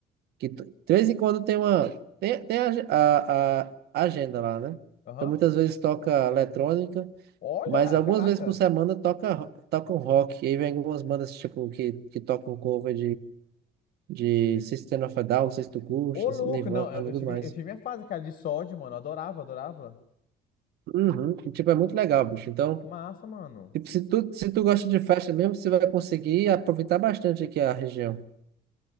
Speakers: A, on the right; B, on the left.
A: que tu- de vez em quando tem uma, tem, tem a, ge- a, a agenda lá, né?
B: Aham.
A: Então, muitas vezes toca eletrônica,
B: Olha,
A: mas algumas
B: caraca.
A: vezes por semana toca, toca um rock. E aí vem algumas bandas, tipo, que, que tocam cover de System of a Down, não se tu curte,
B: Ô, louco.
A: Nirvana,
B: Não, eu eu
A: tudo
B: tive,
A: mais.
B: eu tive minha fase, cara, de sódio, mano. Eu Adorava, adorava.
A: Uhum. E, tipo, é muito legal, bicho. Então,
B: Massa, mano.
A: tipo, se tu, se tu gosta de festa mesmo, você vai conseguir aproveitar bastante aqui a região.